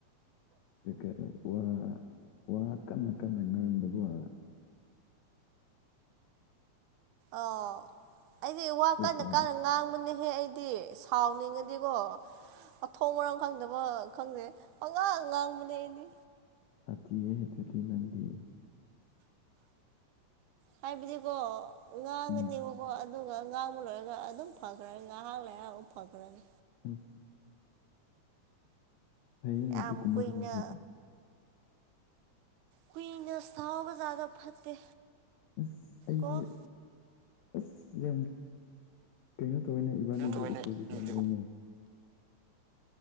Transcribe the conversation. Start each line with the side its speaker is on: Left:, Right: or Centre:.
Left: ꯀꯔꯤꯀꯦ ꯋꯥ ꯋꯥ ꯀꯟꯅ ꯀꯟꯅ ꯉꯥꯡꯗꯕ
Right: ꯑꯣ ꯑꯩꯗꯤ ꯋꯥ
Left: ꯑꯗꯨꯒ
Right: ꯀꯟꯅ ꯀꯥꯟꯟꯅ ꯉꯥꯡꯕꯅꯦꯍꯦ ꯑꯩ ꯍꯥꯏꯗꯤ ꯁꯥꯎꯅꯤꯡꯉꯗꯤꯀꯣ ꯑꯊꯣꯡ ꯃꯔꯝ ꯈꯪꯗꯕ ꯈꯪꯗꯦ ꯑꯉ ꯉꯉꯥꯡꯗꯦꯗꯤ
Left: ꯆꯤꯗꯨꯗꯤ ꯅꯪꯗꯤ
Right: ꯍꯥꯏꯥꯏꯕꯗꯤꯀꯣ ꯉꯥꯡꯉꯅꯦꯕꯀꯣ
Left: ꯎꯝ
Right: ꯑꯗꯨꯒ ꯉꯥꯡꯕ ꯂꯣꯏꯔꯒ ꯑꯗꯨꯝ ꯐꯈ꯭ꯔꯅꯤ ꯉꯥꯏꯍꯥꯛ ꯂꯩꯔꯒꯥ ꯑꯗꯨꯝ ꯐꯈ꯭ꯔꯅꯤ
Left: ꯑꯁ <inaudible> ꯐꯩꯅꯦ
Right: ꯌꯥꯝ
Left: ꯑꯗꯨꯀꯨꯝꯕꯥ
Right: ꯀꯨꯏꯅ
Left: ꯃꯤꯁꯦ
Right: ꯀꯨꯏꯅ ꯁꯥꯎꯕꯖꯥꯗꯣ ꯐꯠꯇꯦ
Left: ꯑꯁ ꯑꯩꯗꯤ
Right: ꯀꯣ
Left: ꯑꯁ ꯌꯥꯝ ꯀꯩꯅꯣ ꯇꯧꯋꯦꯅꯦ ꯏꯕꯥꯅꯤꯗꯤ
Right: ꯇꯣꯏꯅ
Left: ꯎꯞꯄꯣꯖꯤꯠ ꯌꯥꯝ
Right: ꯑꯩꯗꯤ
Left: ꯑꯣꯏꯔꯤꯅꯦ